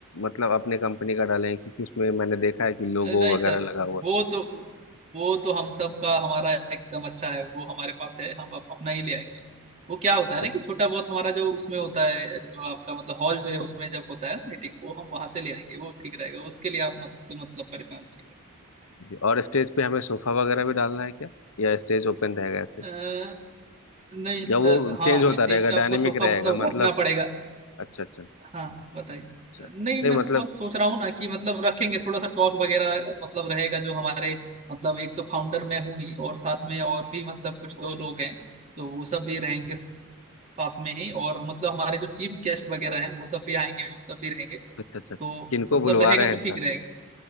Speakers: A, on the left; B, on the right.
A: मतलब अपने कंपनी का डालें क्योंकि उसमें मैंने देखा है कि लोगो
B: है नहीं
A: वगैरह
B: सर
A: लगा हुआ
B: वो
A: है।
B: तो वो तो हम सब का हमारा एकदम अच्छा है वो हमारे पास है हम अप- अपना ही ले आएंगे वो क्या होता
A: अच्छा
B: है ना
A: अच्छा
B: कि छोटा बहुत हमारा जो उसमें होता है जो आपका मतलब हॉल जो है उसमें जब होता है ना मीटिंग वो हम वहां से ले आएंगे वो ठीक रहेगा उसके लिए आप मत मतलब परेशान मत
A: जी। और स्टेज पे हमें सोफा वगैरह भी डालना है क्या या स्टेज ओपन रहेगा ऐसे ही?
B: होइए। अ, नहीं
A: या
B: सर
A: वो
B: हाँ
A: चेंज होता
B: स्टेज
A: रहेगा
B: पे आपको
A: डायनेमिक
B: सोफा
A: रहेगा
B: मतलब
A: मतलब
B: रखना पड़ेगा
A: अच्छा अच्छा
B: हाँ बताइए
A: अच्छा
B: नहीं
A: नहीं
B: मैं
A: मतलब
B: सोच सोच रहा हूँ ना कि मतलब रखेंगे थोड़ा सा टॉक वगैरह मतलब रहेगा जो हमारे मतलब एक तो फाउंडर मैं हूँ ही और साथ में और भी मतलब कुछ दो लोग हैं तो वो सब भी रहेंगे स- साथ में ही और मतलब हमारे जो चीफ गेस्ट वगैरह हैं वो सब भी आएंगे वो सब भी रहेंगे
A: अच्छा अच्छा
B: तो
A: किनको
B: मतलब
A: बुलवा
B: रहेगा
A: रहे
B: तो
A: हैं
B: ठीक
A: सर
B: रहेगा